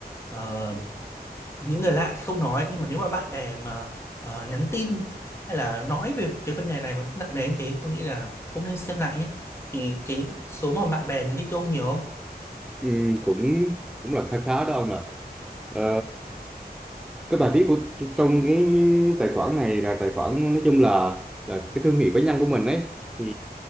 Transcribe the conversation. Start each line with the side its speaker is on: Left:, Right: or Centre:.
Left: Ờ, những người lạ thì không nói nhưng mà nếu mà bạn bè mà ờ, nhắn tin hay là nói về cái vấn đề này mà cách nặng nề như thế tôi nghĩ là ông nên xem lại nhé thì cái số mà bạn bè nhắn tin cho ông nhiều không
Centre: Ừ, cũng cũng là khá khá đó ông ạ ờ, cái bài viết của trong cái tài khoản này là tài khoản nói chung là là cái thương hiệu cá nhân của mình ấy thì